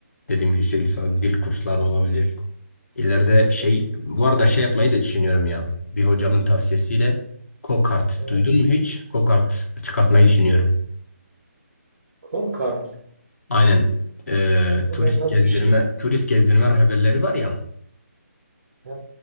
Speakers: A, on the left (about 60°); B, on the right (about 60°).
A: Dediğim gibi yüksek lisans dil kursları olabilir. İleride
B: Hı.
A: şey
B: Peki
A: bu arada şey yapmayı da düşünüyorum ya. Bir hocamın tavsiyesiyle go-kart
B: e,
A: duydun mu hiç? Go-kart çıkartmayı düşünüyorum.
B: Call Card.
A: Aynen eee,
B: Bu
A: turist
B: ne, nasıl
A: gezdirme
B: bir şey?
A: turist gezdirme rehberleri var ya.
B: Ha.